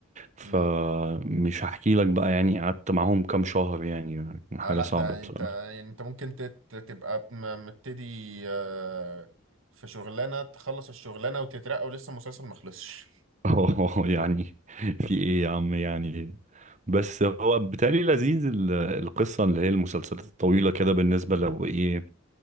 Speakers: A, on the right; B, on the right.
A: فمش
B: امم
A: هحكي لك بقى يعني قعدت معاهم كام شهر يعني حاجة
B: اه لا
A: صعبة
B: ده
A: بصراحة
B: انت انت ممكن تت- تبقى م- مبتدي آه، في شغلانة تخلص الشغلانة وتترقى ولسه المسلسل مخلصش
A: <laughs> اه يعني في ايه يا عم يعني بس هو بالتالي لذيذ ال- القصة اللي هي المسلسلات الطويلة كده بالنسبة لو ايه